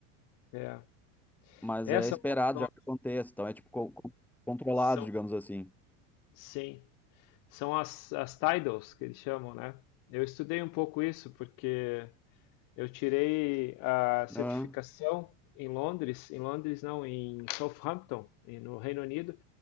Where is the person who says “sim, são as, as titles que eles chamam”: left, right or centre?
Left